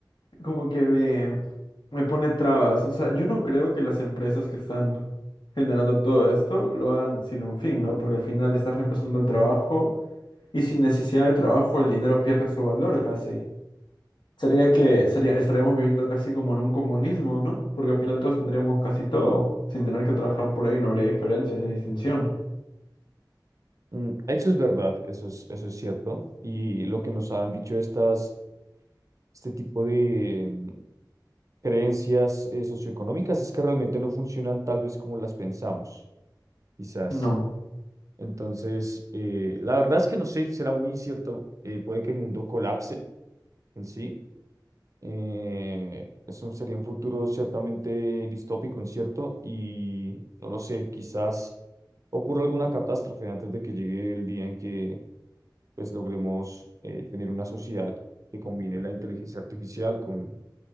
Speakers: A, on the left (about 75°); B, on the right (about 45°).
A: como que me, me pone trabas. O sea, yo no creo que las empresas que están generando todo esto lo hagan sin un fin, ¿no? Porque al final estás reemplazando el trabajo y sin necesidad de trabajo el dinero pierde su valor casi. Sería que sería, estaríamos viviendo casi como en un comunismo, ¿no? Porque al final todos tendríamos casi todo, sin tener que trabajar por ahí, no habría diferencias sin distinción.
B: Mm, Eso es verdad, eso es, eso es cierto. Y lo que nos han dicho estas, este tipo de mm, creencias eh, socioeconómicas es que realmente no funcionan tal vez como las pensamos, quizás.
A: No.
B: Entonces, eh, la verdad es que no sé, será muy incierto. Eh, puede que el mundo colapse en sí. Eh, eso sería un futuro ciertamente distópico, incierto, y no lo sé, quizás ocurra alguna catástrofe antes de que llegue el día en que pues logremos eh, tener una sociedad que combine la inteligencia artificial con,